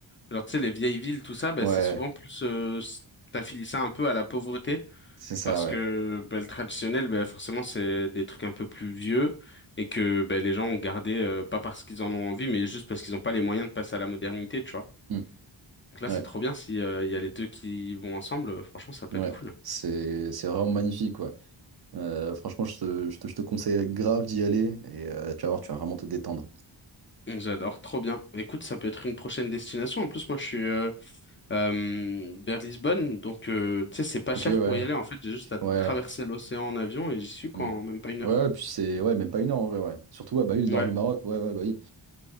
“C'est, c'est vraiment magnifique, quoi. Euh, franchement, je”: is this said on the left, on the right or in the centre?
Right